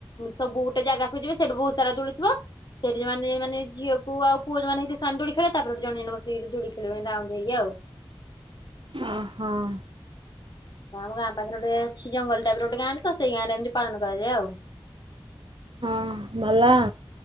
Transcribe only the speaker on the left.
ସବୁ ଗୋଟେ ଜାଗାକୁ ଯିବେ ସେଇଠି ବହୁତ ସାରା ଦୋଳିଥିବ- ସେଠି ମାନ ମାନେ ଝିଅକୁ ଆଉ ପୁଅ ଯେଉଁମାନେ ହେଇ ଥିବେ ସାନ୍ଦୁଳି ଖେଳାତାପରେ ଜଣ ଜଣବସିକି ଦୋଳିଖେଳିବେ ରାଉଣ୍ଡ ହେଇକିଆଉ
ଆମ ଗାଁ ପାଖରେ ଗୋଟ ଅଛି ଜଙ୍ଗଲ ଟାଇପିର ଗୋଟେଗାଁ ତ ସେଇ ଗାଁରେଏମିତି ପାଳନ କରାଯାଏ ଆଉ